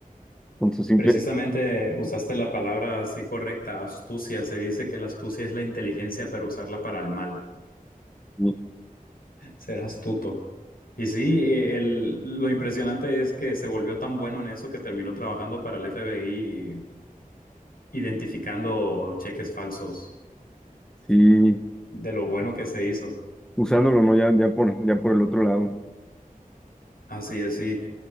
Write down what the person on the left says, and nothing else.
precisamente usaste la palabra así correcta, astucia. Se dice que la astucia es la inteligencia, pero usarla para el mal,
ser astuto. Y sí, eh, el- lo impresionante es que se volvió tan bueno en eso que terminó trabajando para el FBI, identificando cheques falsos,
de lo bueno que se hizo.
Así es, sí.